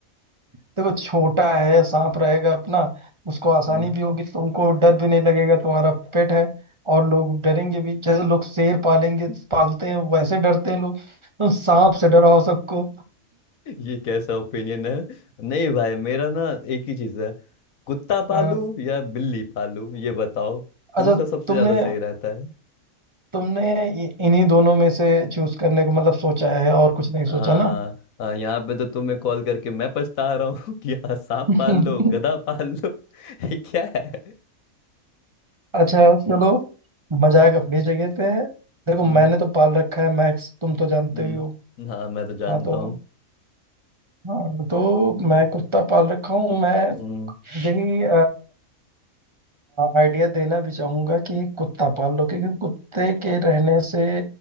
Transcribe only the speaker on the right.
देखो छोटा है सांप रहेगा अपना उसको आसानी
भी होगी तुमको डर भी नहीं लगेगा तुम्हारा पेट है और लोग डरेंगे भी जैसे लोग शेर पालेंगे
पालते हैं वैसे डरते हैं लोग तुम सांप से डराओ सबको <laughs>
हाँ
अच्छा
तुमने
तुमने इ- इन्हीं दोनों में से चूज करने को मतलब सोचा है और कुछ नहीं
सोचा ना
<laughs>
अच्छा चलो मजाक अपनी जगह पे है देखो
मैंने तो पाल रखा है मैक्स तुम तो जानते
ही हो
हाँ तो
हाँ तो मैं कुत्ता पाल रखा हूँ मैं
यही आइडिया देना भी चाहूंगा कि कुत्ता पाल लो क्योंकि कुत्ते के रहने से